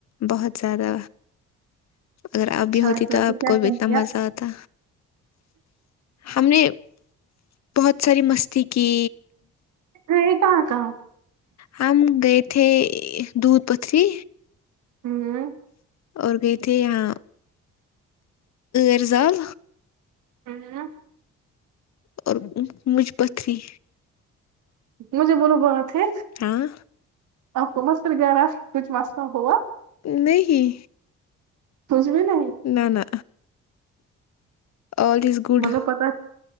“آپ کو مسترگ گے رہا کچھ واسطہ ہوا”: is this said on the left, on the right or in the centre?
Right